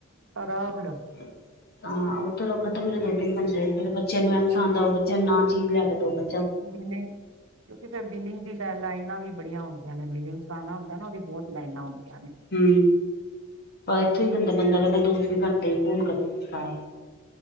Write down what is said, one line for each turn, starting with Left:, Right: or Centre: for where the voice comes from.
Right: ਆਰਾਮ ਨਾਲ
Left: <unintelligible> ਹਾਂ, ਉਧਰੋਂ ਖਤਮ ਹੀ ਨੇ ਦੋ ਤਿੰਨ ਘੰਟੇ ਫਿਰ ਬੱਚੇ ਨੂੰ ਇਹ ਪਸੰਦ ਆਊ ਬੱਚੇ ਨੂੰ ਨਾ ਚੀਜ਼ ਲੈ ਕੇ ਦੋ ਫਿਰ
Right: ਬਲਿੰਗ, ਕਿਉਂਕਿ ਫਿਰ ਬਿਲਿੰਗ ਦੀ ਲਾਈਨਾਂ ਵੀ ਬੜੀਆਂ ਹੁੰਦੀਆਂ ਨੇ ਬਿਲਿੰਗ ਲੱਗਣਾ ਹੁੰਦਾ ਨਾ ਉਹ ਵੀ ਬਹੁਤ ਲਾਈਨਾ ਹੁੰਦੀਆ ਨੇ।
Left: ਹੂ, ਇੱਥੋਂ ਹੀ ਬੰਦਾ ਬੰਦਾ ਕਹਿੰਦਾ ਦੋ ਤਿੰਨ ਘੰਟੇ ਕੌਣ ਕਰੇ ਖਰਾਬ।